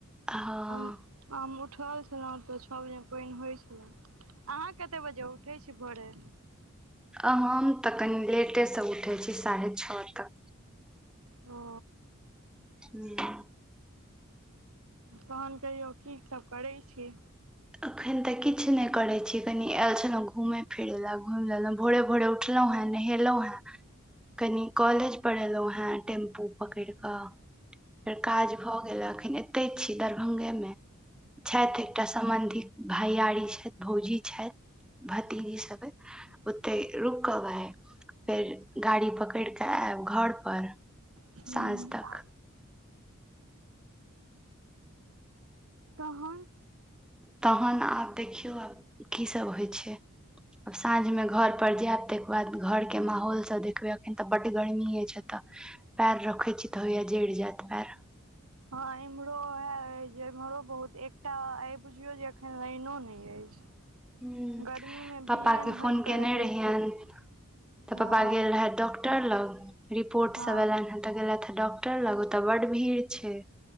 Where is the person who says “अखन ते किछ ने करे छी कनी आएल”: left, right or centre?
Centre